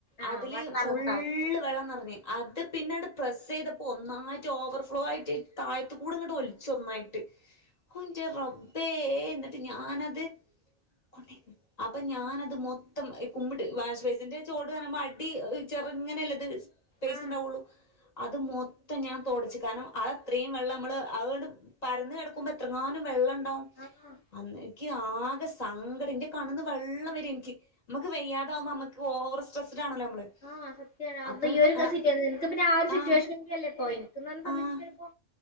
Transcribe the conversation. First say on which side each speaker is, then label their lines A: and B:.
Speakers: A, on the left; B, on the left.
A: ആഹ്
B: അതില്
A: വടെ നടന്നിട്ടുണ്ടാവും
B: ഫുള്ള് വെള്ളം നിറഞ്ഞഞ് അത് പിന്നീട് പ്രെസ്സ് ചെയ്തപ്പോ ഒന്നായിട്ട് ഓവർ ഫ്ലോ ആയിട്ട് താഴത്ത കൂടി ഇങ്ങട്ട് ഒലിച്ച ഒന്നായിട്ട് ൻ്റെ റബേ എന്നിട്ട് ഞാനത് കൊണ്ട അപ്പൊ ഞാനത് മൊത്തം കുമ്പിട്ട് വാഷ് വൈസിന്റെ ചോട് പറണുമ്പോ അടി ചെറങ്ങനെയല്ലത് പേസ
A: ആഹ്
B: ഉണ്ടാവുള്ളു അത് മൊത്തം ഞാൻ തൊടച്ച് കാരണം അത അത്രയും വെള്ളം നമ്മള് അതുകൊണ്ട് പരുന്ന് കിടക്കുമ്പോ എത്രങ്ങാനുംം വെള്ളം ഉണ്ടാവും
A: ആഹ
B: അന്ന എനിക്ക് ആകെ സങ്കടം എന്റെ കണന്ന് വെള്ളം വര എനിക്ക് നമുക്ക് വ്യയ്യതാവുമ്പോ നമുക്ക്ഓവർ സ്ട്രെസ്ഡ ആണല്ലോ നമ്മള്
A: ആഹ് സത്യോ അത്
B: അപ്പൊ
A: ഈ ഒരു
B: ആ
A: സീറ്റിയ നിനക്ക് പിന്നെ ആ ഒരു സിറ്റുവേഷൻ
B: ആഹ്
A: കേണ്ടിയല്ലേ പോയി <unintelligible> സംബദ്ധിച്ചപ്പോ
B: ആഹ്